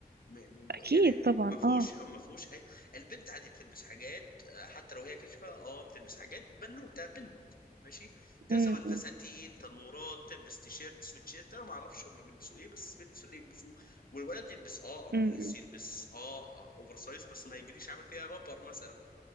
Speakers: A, on the left; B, on the right.
A: م- م-
B: اكيد
A: يعني
B: طبعا
A: ما فيهوش
B: اه
A: ما فيهوش اي البنت عادي بتلبس حاجات آه، حتى لو هي كاشفه اه بتلبس حاجات بنوته بنت ماشي ت-
B: م-
A: سواء فساتين
B: م-
A: تنورات تلبس تيشيرت سويتشيرت انا ما اعرفش هم بيلبسوا ايه بس بيلبسوا اللي يلبسوه والولد يلبس اه قميص
B: م- م.
A: يلبس اه اوفر سايز بس ما يجريش عامل فيها رابر مثلا